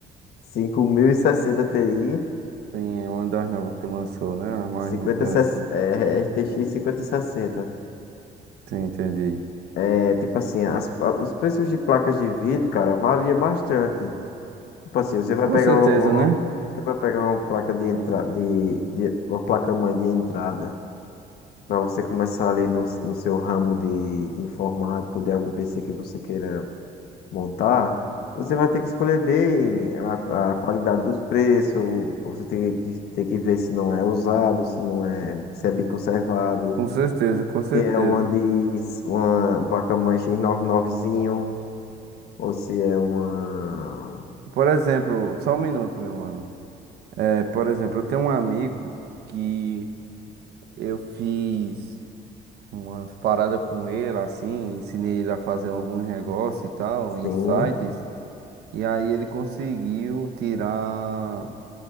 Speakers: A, on the left; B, on the right.
A: 5060 Ti.
B: Sim, é uma das novas que lançou, né? A mais
A: 50,
B: recente.
A: é, RTX sessenta
B: Sim, entendi.
A: É, tipo assim, as- os preços de placas de vídeo, cara, varia bastante. Tipo assim, você vai
B: Com
A: pegar
B: certeza,
A: um, uma,
B: né?
A: você vai pegar uma placa de entrada, de, de- uma placa-mãe de entrada, para você começar ali no, no seu ramo de, de informática ou de algum PC que você queira montar, você vai ter que escolher bem a, a qualidade dos preços, você tem que, tem que ver se não é usado, se não é, se é bem conservado,
B: Com certeza, com certeza.
A: se é uma de uma placa-mãe X99zinho, ou se é uma...
B: Por exemplo, só um minuto, meu mano. É, por exemplo, eu tenho um amigo que eu fiz umas paradas com ele, assim, ensinei ele a fazer alguns negócios e tal, em
A: Sim,
B: sites, e aí ele conseguiu tirar,